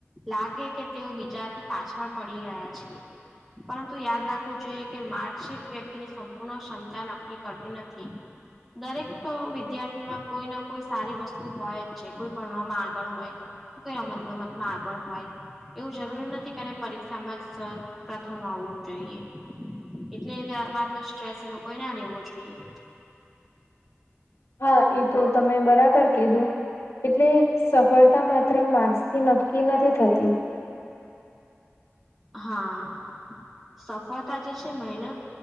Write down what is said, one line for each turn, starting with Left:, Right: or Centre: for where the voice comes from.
Centre: લાગે કે તેઓ બીજાથી પાછળ પડી રહ્યા છે. પરંતુ યાદ રાખવું જોઈએ કે માર્કશીટ વ્યક્તિની સંપૂર્ણ ક્ષમતા નક્કી કરતી નથી. દરેક વિદ્યાર્થીમાં કોઈને કોઈ સારી વસ્તુ હોય જ છે, કોઈ ભણવામાં આગળ હોય. કોઈ રમત ગમતમાં આગળ હોય, એવું જરૂરી નથી કે, પરીક્ષામાં પ્રથમ આવવું જોઈએ, એટલે એ વાત નો સ્ટ્રેસ એ લોકોએ ના લેવો જોઈએ.
Left: હા, એ તો તમે બરાબર કીધું. એટલે સફળતા માત્ર માકર્સથી નક્કી નથી થતી.
Centre: હા. સફળતા જે છે, મહેનત,